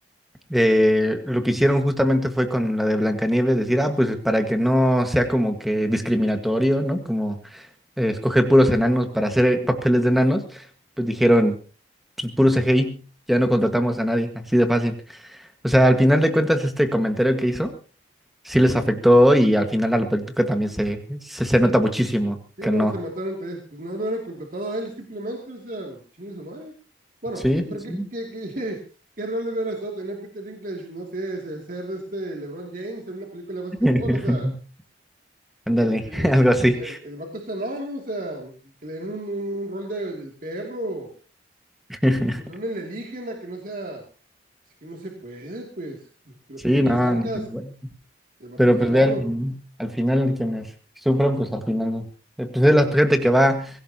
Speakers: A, in the centre; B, on the right.
A: eh, lo que hicieron justamente fue con la de Blancanieves decir, ah, pues para que no sea como que discriminatorio, ¿no? Como eh, escoger puros enanos para hacer eh, papeles de enanos, pues dijeron pues, puro CGI, ya no contratamos a nadie, así de fácil. O sea, al final de cuentas, este comentario que hizo sí
B: Mm.
A: les afectó y al final a la práctica también se, se, se nota muchísimo
B: Sí,
A: que
B: no,
A: no.
B: se mataron entre ellos. Pues no lo hubieran contratado a él simplemente, o sea, chingue su madre. Bueno,
A: Sí,
B: ¿qué- pero
A: sí sí.
B: qué, qué, qué, <laughs> qué rol le hubiera estado tener Peter Dinklage? No sé, se- ser este LeBron James en una película de básquetbol,
A: <laughs>
B: o sea,
A: Ándale,
B: eh,
A: <laughs> algo
B: el vato
A: así.
B: está, el, el vato está enano, o sea, que le den un, un, un rol de, del perro,
A: <laughs>
B: o no le eligen a que no sea, es que no se puede, pues, que lo
A: Sí,
B: pongan
A: no,
B: en zancas,
A: no se puede.
B: el vato
A: Pero
B: está
A: pues
B: enano,
A: ve al final, al final quienes sufren, pues al final, eh, pues es la gente que va